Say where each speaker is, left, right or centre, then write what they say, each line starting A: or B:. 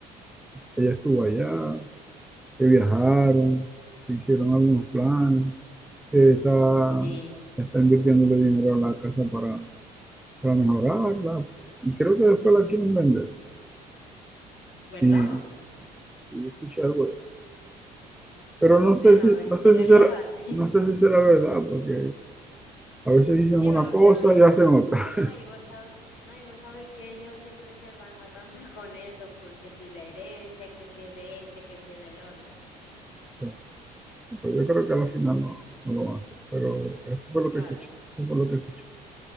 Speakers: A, in the centre; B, on the left (about 65°).
A: ella estuvo allá que viajaron, que hicieron algunos planes, que está,
B: sí,
A: está invirtiéndole dinero a la casa para, para mejorarla. Y creo que después la quieren vender.
B: ¿verdad?
A: Y, y yo escuché algo de eso. Pero no sé
B: Bueno,
A: si,
B: a ver
A: no
B: si
A: sé
B: en
A: si
B: realidad
A: será,
B: lo hace.
A: no
B: <laughs>
A: sé si será verdad, porque a veces dicen
B: Sí,
A: una
B: pero
A: cosa
B: vos sabéis,
A: y hacen otra.
B: no, y vos sabéis, no, y vos sabéis que ellos siempre se andan matando <laughs> con eso, porque si la herencia, que si es de este, que si es del otro.
A: <laughs> Pero yo creo que al final no, no lo van a hacer. Pero eso fue lo
B: Claro,
A: que escuché. Eso fue lo que escuché.